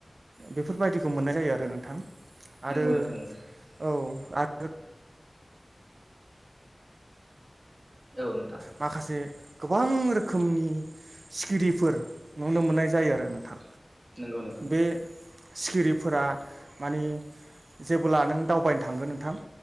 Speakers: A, on the right; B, on the right.
A: बेफोरबायदिखौ मोननाय जायो आरो नोंथां। आरो
B: नंगौ नोंथां नंगौ
A: औ आरो
B: औ नोंथां
A: माखासे गोबां रोखोमनि सिखिरिफोर नुनो मोननाय जायो आरो नोंथां
B: नंगौ नोंथां
A: बे सिखिरिफोरा माने जेब्ला नों दावबायनो थांगोन नोंथां